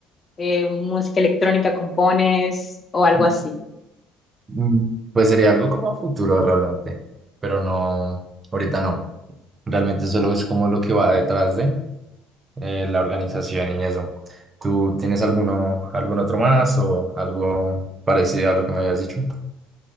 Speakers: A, on the left; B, on the right.
A: eh, música electrónica, compones o algo
B: Mm,
A: así.
B: mm, Pues sería algo como a futuro realmente. Pero no, ahorita no. Realmente solo es como lo que va detrás de. eh, la organización y eso. ¿Tú tienes alguno, algún otro más o algo parecido a lo que me habías dicho?